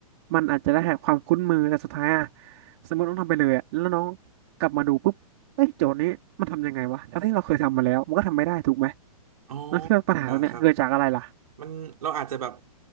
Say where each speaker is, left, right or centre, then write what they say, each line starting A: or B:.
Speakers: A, on the right; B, on the right.
A: มันอาจจะได้แค่ความคุ้นมือแต่สุดท้ายอ่ะสมมติน้องทำไปเลยอ่ะแล้วน้องกลับมาดูปุ๊บเอ้ยโจทย์นี้มันทำยังไงวะทั้งที่เราเคยทำมาแล้วมันก็ทำไม่ได้ถูกไหม
B: อ๋อ
A: แล้วคิดว่าปัญหาตรงเนี้ยเกิดจากอะไรล่ะ
B: อ่าครับ มันเราอาจจะแบบ